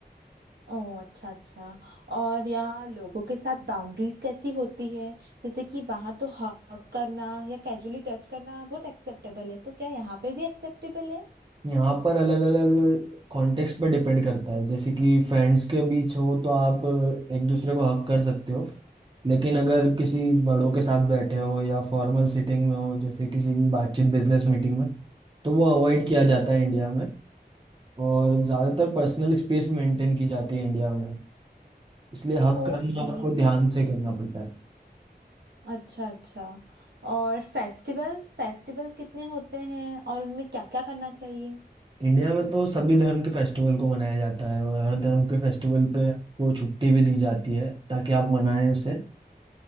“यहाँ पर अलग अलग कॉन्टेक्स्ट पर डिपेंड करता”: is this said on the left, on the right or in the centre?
Right